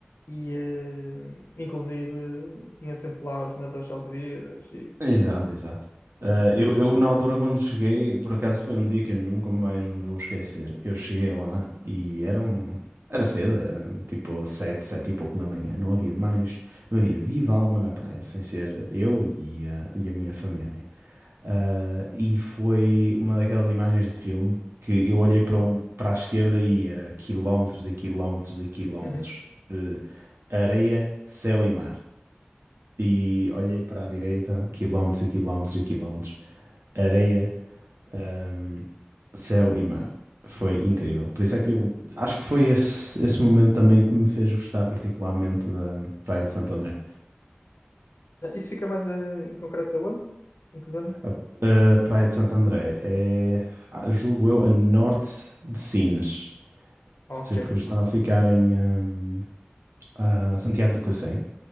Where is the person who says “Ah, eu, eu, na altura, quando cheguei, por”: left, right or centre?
Right